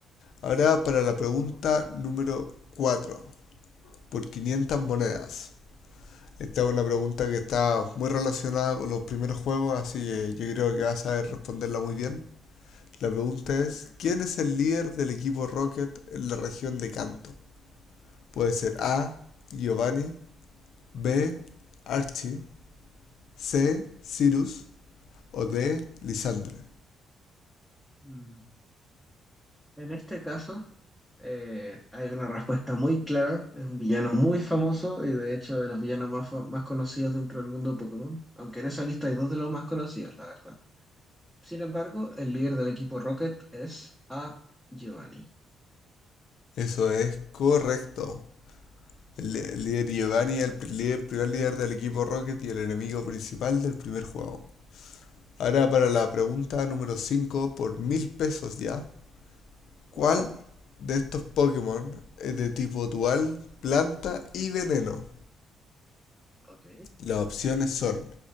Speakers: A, on the left; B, in the centre.
A: Ahora para la pregunta
B: no Pokémon.
A: número 4 por 500 monedas. Esta es una pregunta que está muy relacionada con los primeros juegos, así que yo creo que vas a saber responderla muy bien. La pregunta es,
B: Perfecto.
A: ¿quién es el líder del equipo Rocket en la región de Canto? Puede ser A, Giovanni, B, Archie, C, Cyrus o D, Lisandre.
B: Mm. En este caso, eh, hay una respuesta muy clara. Es un villano muy famoso y de hecho de los villanos más, fa- más conocidos dentro del mundo de Pokémon, aunque en esa lista hay dos de los más conocidos, la verdad. Sin embargo, el líder del equipo Rocket es A. Giovanni.
A: Eso es correcto. El, el líder Giovanni es el pri- líder- primer líder del equipo Rocket y el enemigo principal del primer juego. Ahora
B: Correcto.
A: para la pregunta número 5 por mil pesos ya. ¿Cuál
B: Wow.
A: de estos Pokémon es de tipo dual, planta y veneno?
B: Ok.
A: Las opciones son